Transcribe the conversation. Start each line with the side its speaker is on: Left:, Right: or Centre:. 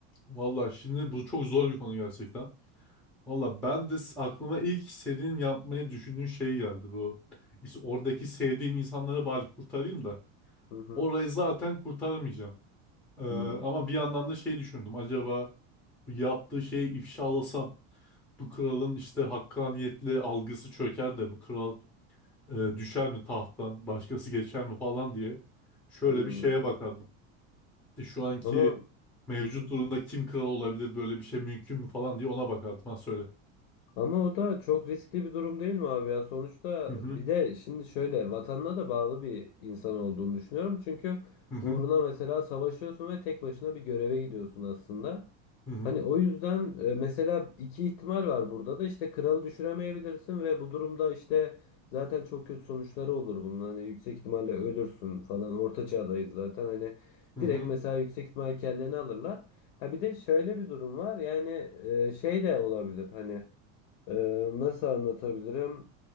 Centre: Vallahi şimdi bu çok zor bir konu gerçekten. Valla ben de s- aklıma ilk senin yapmayı düşündüğün şey geldi bu. İşte oradaki sevdiğim insanları bari kurtarayım da.
Left: Hı hı.
Centre: Orayı zaten kurtaramayacağım. Ee,
Left: Hı
Centre: ama bir yandan da şey düşündüm. Acaba bu yaptığı şeyi ifşalasam bu kralın işte hakkaniyetli algısı çöker de bu kral e, düşer mi tahttan başkası geçer mi falan diye. Şöyle
Left: hı.
Centre: bir şeye bakardım. İşte şu anki
Left: Ama
Centre: mevcut
Left: Hı hı.
Centre: durumda kim kral olabilir böyle bir şey mümkün mü falan diye ona bakardım. Ha söyle.
Left: Ama o da çok riskli bir durum değil mi abi ya? Sonuçta
Centre: Hı hı
Left: bir de şimdi şöyle vatanına da bağlı bir insan olduğunu düşünüyorum. Çünkü
Centre: hı hı
Left: uğruna mesela savaşıyorsun ve tek başına bir göreve gidiyorsun aslında.
Centre: hı hı.
Left: Hani o yüzden e, mesela iki ihtimal var burada da işte kralı düşüremeyebilirsin ve bu durumda işte zaten çok kötü sonuçları olur bunun. Hani yüksek ihtimalle ölürsün falan. Orta çağdayız zaten. Hani
Centre: hı hı.
Left: direkt mesela yüksek ihtimal kelleni alırlar. Ha bir de şöyle bir durum var. Yani e, şey de olabilir. Hani ee, nasıl anlatabilirim?